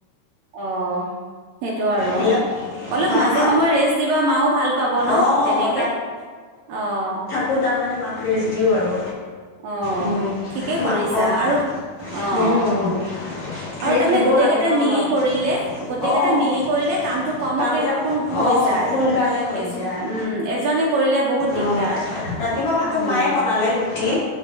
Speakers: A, on the right; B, on the left.
A: অ সেইটো আৰু।
B: হেল্ল'
A: অলপ
B: হা,
A: মাজে
B: হা,
A: সময়ে ৰেষ্ট দিবা মাও ভাল পাব ন
B: অ',
A: তেনেকে, অহ।
B: কু তাৰমানে মাক ৰেষ্ট দিওঁ আৰু।
A: অহ
B: উম,
A: ঠিকেই
B: মাকক
A: কৰিছা আৰু অহ।
B: উম, ৰেষ্ট
A: আৰু তাৰমানে
B: দিব
A: গোটেই
B: লাগে
A: কেইটাই
B: ন'
A: মিলি
B: অলপ।
A: কৰিলে গোটেই
B: অ',
A: কেইটাই মিলি ক কৰিলে কামটো কমতে
B: কামবিলাক
A: হৈ
B: অ',
A: যায়
B: সোনকালে হৈ
A: এছ
B: যায়।
A: উম এজনে কৰিলে বহুত দিগদাৰ।
B: অ', ৰাতিপুৱা ভাগত
A: উম,
B: মায়ে বনালে ৰুটি